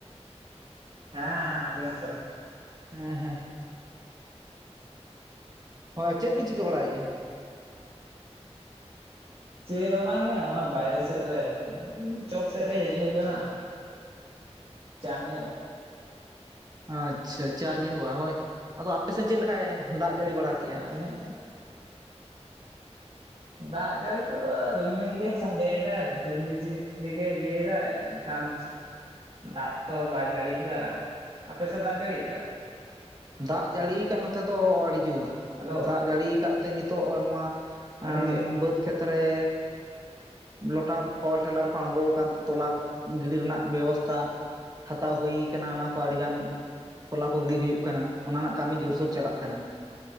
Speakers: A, on the right; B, on the right.
A: ᱦᱮᱸ ᱦᱮᱸ ᱟᱡᱚᱢᱚᱜ ᱠᱟᱱᱟ ᱾
B: ᱦᱮᱸ ᱦᱮᱸ ᱦᱳᱭ ᱪᱮᱫ ᱯᱮ ᱪᱤᱠᱟᱹ ᱵᱟᱲᱟᱭ ᱮᱜᱼᱟ᱾
A: ᱪᱮᱫ ᱦᱚᱸ ᱵᱟᱝ ᱮ ᱱᱚᱭ ᱵᱟᱭᱨᱮ ᱥᱮᱫ ᱨᱮ ᱪᱚᱠ ᱥᱮᱫ ᱨᱮᱭ ᱦᱮᱡ ᱦᱩᱭ ᱟᱠᱟᱱᱟ᱾ ᱪᱟ ᱧᱩ
B: ᱟᱪᱪᱷᱟ ᱪᱟ ᱧᱩ ᱵᱟ ᱦᱳᱭ ᱟᱫᱚ ᱟᱯᱮ ᱥᱮᱫ ᱪᱮᱫ ᱞᱮᱠᱟᱭ ᱫᱟᱜ ᱡᱟᱹᱲᱤ ᱵᱟᱲᱟ ᱠᱮᱜᱼᱟᱭ᱾
A: <unintelligible> ᱫᱟᱜ ᱡᱟᱹᱲᱤ ᱠᱚ ᱫᱚ ᱨᱤᱢᱤᱞ ᱜᱮ ᱥᱟᱰᱮᱭᱮ ᱫᱟᱭ ᱦᱩᱰᱩᱨ ᱵᱤᱡᱽᱞᱤ ᱨᱮ ᱜᱮ ᱤᱭᱟᱹᱭ ᱮᱫᱟᱭ ᱢᱮᱱ ᱠᱷᱟᱱ᱾ ᱫᱟᱜ ᱛᱚ ᱵᱟᱭ ᱡᱟᱹᱲᱤ ᱮᱫᱟ ᱟᱯᱮ ᱥᱮᱫ ᱫᱟᱜ ᱡᱟᱹᱲᱤ ᱮᱫᱟ᱾
B: ᱫᱟᱜ ᱡᱟᱹᱲᱤ ᱟᱠᱟᱫ ᱱᱚᱛᱮ ᱫᱚ ᱟᱹᱰᱤ ᱡᱳᱨ
A: ᱦᱮᱞᱳ
B: ᱫᱟᱜ ᱡᱟᱹᱲᱤ ᱟᱠᱟᱫ ᱛᱮ ᱱᱤᱛᱚᱜ ᱱᱚᱣᱟᱼᱼ
A: ᱟᱹᱰᱤ
B: <unintelligible>
A: ᱡᱳᱨ
B: ᱵᱟᱹᱫᱽ ᱠᱷᱮᱛ ᱨᱮᱼᱼ ᱞᱚᱴᱟᱨ ᱯᱟᱣᱟᱨ ᱴᱮᱞᱟᱨ ᱠᱚ ᱟᱬᱜᱚ ᱟᱠᱟᱱ ᱛᱮ ᱛᱚᱞᱟ ᱜᱤᱰᱤ ᱨᱮᱱᱟᱜ ᱵᱮᱵᱚᱥᱛᱷᱟ᱾ ᱦᱟᱛᱟᱣ ᱦᱩᱭ ᱠᱟᱱᱟ ᱚᱱᱟ ᱠᱚ ᱟᱹᱰᱤ ᱜᱟᱱ ᱛᱚᱞᱟ ᱠᱚ ᱜᱤᱰᱤ ᱦᱩᱭᱩᱜ ᱠᱟᱱᱟ᱾ ᱚᱱᱟ ᱨᱮᱱᱟᱜ ᱠᱟᱹᱢᱤ ᱡᱳᱨ ᱥᱳᱨ ᱪᱟᱞᱟᱜ ᱠᱟᱱᱟ,